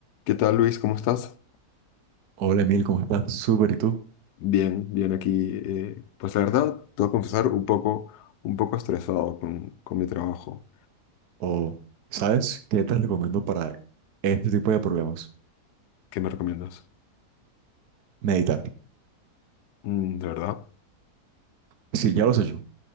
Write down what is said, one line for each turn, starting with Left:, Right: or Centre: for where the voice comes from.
Left: ¿Qué tal, Luis? ¿Cómo estás?
Right: Hola Emil, ¿cómo estás? Súper, ¿y tú?
Left: Bien, bien aquí. eh, pues la verdad, te voy a confesar un poco, un poco estresado con, con mi trabajo.
Right: O, ¿sabes qué te recomiendo para este tipo de problemas?
Left: ¿Qué me recomiendas?
Right: Meditar.
Left: Mm, ¿de verdad?
Right: Sí, ya lo sé yo.